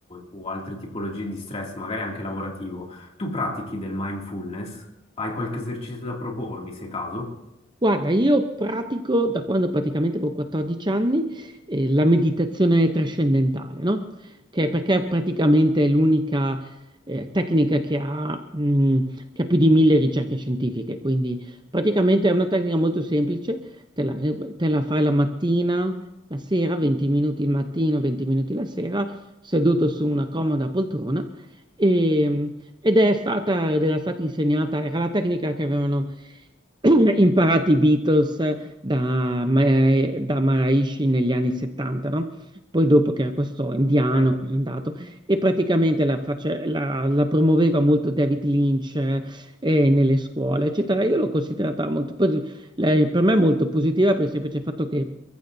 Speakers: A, on the left (about 30°); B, on the right (about 25°).
A: o altre tipologie di stress, magari anche lavorativo, tu pratichi del mindfulness? Hai qualche esercizio da propormi, se caso?
B: Guarda, io pratico da quando praticamente avevo 14 anni eh, la meditazione trascendentale, no? Che perché è praticamente l'unica eh, tecnica che ha, mh, che ha più di mille ricerche scientifiche, quindi praticamente è una tecnica molto semplice, te la, te la fai la mattina, la sera, 20 minuti il mattino, 20 minuti la sera, seduto su una comoda poltrona E, ed è stata, ed era stata insegnata, era la tecnica che avevano <clears throat> imparato i Beatles da, Ma- da Maharishi negli anni 70, no? Poi dopo che era questo indiano
A: Ok.
B: che è andato e praticamente la, face- la- la promuoveva molto David Lynch eh, nelle scuole, eccetera. Io l'ho considerata molto, posi- la- per me molto positiva per il semplice fatto che